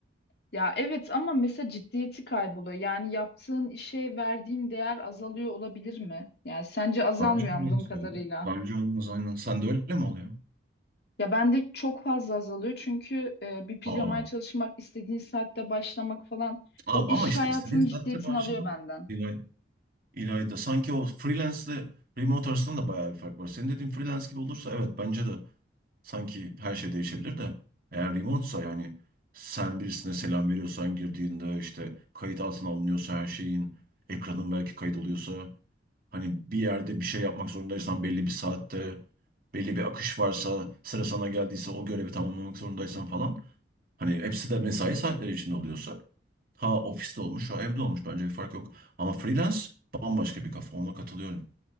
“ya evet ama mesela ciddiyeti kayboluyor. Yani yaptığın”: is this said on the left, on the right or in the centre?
Left